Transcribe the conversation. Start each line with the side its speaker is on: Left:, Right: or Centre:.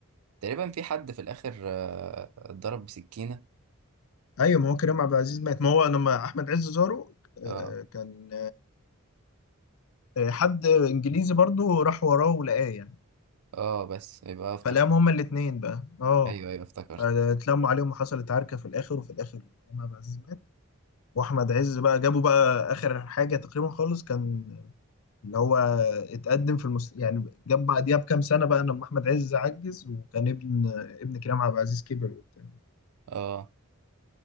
Right: تقريبا في حد في الاخر آه، اتضرب بسكينه
Left: ايوه ما هو كريم عبد العزيز مات ما هو لما احمد عز زاره
Right: اه
Left: آه، كان آه، حد انجليزي برضو راح وراه ولقاه يعني
Right: اه بس يبقى افتكرت
Left: فلقاهم هما الاتنين بقى اه
Right: ايوه ايوه افتكرت
Left: اتلموا عليهم وحصلت عركة في الآخر وفي الآخر كريم عبد العزيز مات وأحمد عز بقى جابوا بقى آخر حاجة تقريبا خالص كان اللي هو اتقدم في المس... يعني جاب بعديها بكام سنة بقى لما أحمد عز عجز وكان ابن ابن كريم عبد العزيز كبر وبتاع
Right: اه